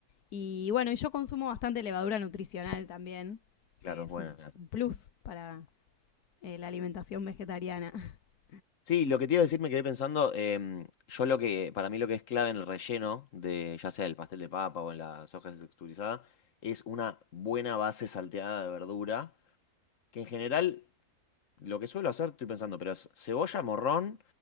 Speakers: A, on the left (about 80°); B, on the left (about 55°).
A: Y bueno, y yo consumo bastante levadura nutricional también,
B: claro,
A: que
B: es
A: es
B: buena.
A: un un plus para eh, la alimentación vegetariana. <laughs>
B: Sí, lo que te iba a decir, me quedé pensando, em, yo lo que, para mí lo que es clave en el relleno de, ya sea el pastel de papa o en la soja texturizada, es una buena base salteada de verdura, que en general, lo que suelo hacer, estoy pensando, pero es cebolla, morrón,